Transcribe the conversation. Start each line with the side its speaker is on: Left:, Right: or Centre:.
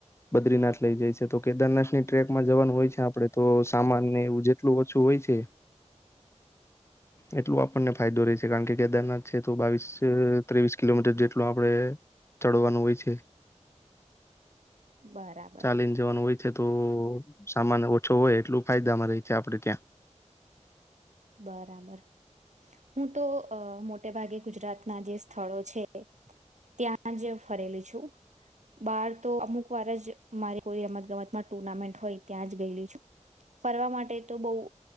Left: બદ્રીનાથ લઇ જાય છે તો કેદારનાથ ની ટ્રેકમાં જવાનું હોય છે આપડે તો સામાન ને એવું જેટલું ઓછું. હોય છે એટલ આપણને ફાયદો ર છે
Right: જી.
Left: કારણ કે કેદારનાથ છે. તો બાવીસ ત્રેવીસ કિલોમીટર જેટલ આપડણે ચડવાનું હોય છે
Right: બરાબર.
Left: ચાલીને જવાનું હોય તો સામાન ઓછો હોય એટલું ફાયદા અમારે આપડે ત્યાં
Right: બરાબર. હું તો મોટે ભાગે ગુજરાતના જે સ્થળો છે. ત્યાં જ ફરેલી છું. બાર તો અમુક વાર જ મારે કોઈ રમત ગમતમાં ટુર્નામેન્ટ હોય ત્યાં જ ગયેલી છું ફરવા માટે તો બહુ